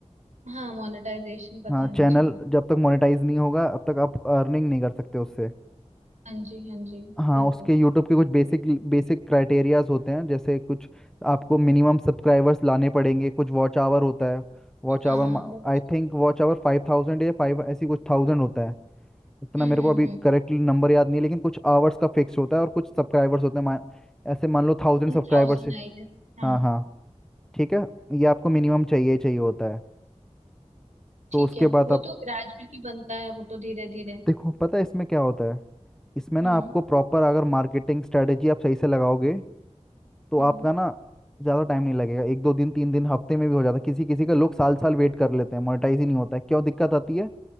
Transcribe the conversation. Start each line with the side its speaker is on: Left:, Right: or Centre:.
Right: हाँ मोनेटाइजेशन पता
Centre: हाँ
Right: है
Centre: चैनल
Right: मुझे
Centre: जब तक मोनेटाइज नहीं होगा अब तक आप अर्निंग नहीं कर सकते उससे
Right: हाँ जी हाँ जी
Centre: हाँ
Right: बिल्कुल
Centre: उसके यूट्यूब के कुछ बेसिक बेसिक क्राइटेरियाज होते हैं जैसे कुछ आपको मिनिमम सब्सक्राइबर्स लाने पड़ेंगे कुछ वॉच आवर होता है Watch
Right: हाँ
Centre: hour
Right: वो
Centre: I think watch our फाइव थाउजेंड या फाइव ऐसी कुछ थाउजेंड होता है इतना
Right: हम्म
Centre: मेरे
Right: हम्म
Centre: को अभी
Right: हम्म
Centre: करेक्टली नंबर याद नहीं है, लेकिन कुछ आवर्स का फिक्स होता है और कुछ सब्सक्राइबर्स होते हैं मान ऐसे मान लो थाउजेंड
Right: One
Centre: सब्सक्राइबर्स
Right: thousand
Centre: है
Right: I guess हाँ
Centre: हाँ हाँ ठीक है ये आपको मिनिमम चाहिए ही चाहिए होता है
Right: ठीक
Centre: तो उसके
Right: है
Centre: बाद
Right: वो
Centre: आप
Right: तो ग्रेजुअली बनता है वो तो धीरे धीरे
Centre: देखो पता है इसमें क्या होता है इसमें ना
Right: हम्म
Centre: आपको प्रॉपर अगर मार्केटिंग स्ट्रेटेजी आप सही से लगाओगे तो
Right: हम्म
Centre: आपका ना ज़्यादा टाइम नहीं लगेगा एक दो दिन तीन दिन हफ्ते में भी हो जाता है किसी किसी का लोग साल साल वेट कर लेते हैं मोनेटाइज ही नहीं होता है क्यों दिक्कत आती है